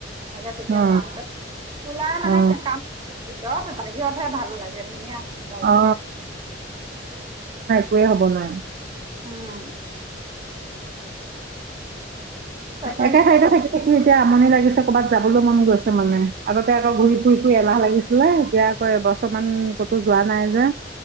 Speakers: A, on the right (about 25°); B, on the right (about 50°).
A: তাকে তেতিয়া
B: অ
A: যাওঁতে ওলাই মানে
B: অ
A: কাম ভিতৰত বাহিৰতহে ভাল লাগে ধুনীয়া ঠাণ্ডা লাগে।
B: অ একোয়ে হ'ব নোৱাৰে।
A: উম তাৰপৰা
B: একে ঠাইতে থাকে। কি এতিয়া আমনি লাগিছে কৰ'বাত যাবলৈ মন গৈছে মানে আগতে আকৌ ঘূৰি ফুৰি ফুৰি এলাহ লাগিছিলে এতিয়া আকৌ এবছৰমানান ক'তো যোৱা নাই যে।